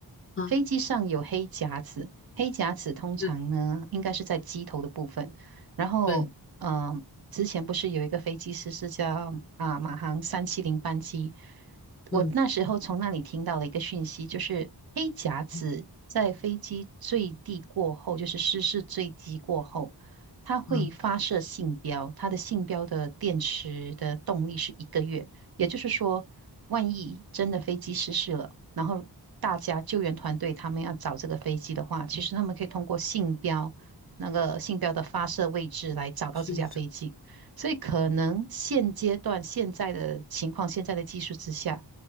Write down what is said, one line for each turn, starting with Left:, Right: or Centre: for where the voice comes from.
Left: 啊，
Right: 飞机上有黑匣子，黑匣子通常呢应该是在机头的部分。
Left: 对
Right: 然后，
Left: 对，
Right: 嗯、之前不是有一个飞机师是叫啊马航三七零班机，
Left: 嗯
Right: 我那时候从那里听到了一个讯息，就是黑匣子在飞机坠地过后，
Left: 嗯
Right: 就是失事坠机过后。它会发射信标，
Left: 啊，
Right: 它的信标的电池的动力是一个月，也就是说，万一真的飞机失事了，然后大家救援团队他们要找这个飞机的话，其实他们可以通过信标那个信标的发射位置来找到这架飞机，
Left: 去找
Right: 所以可能现阶段现在的情况，现在的技术之下。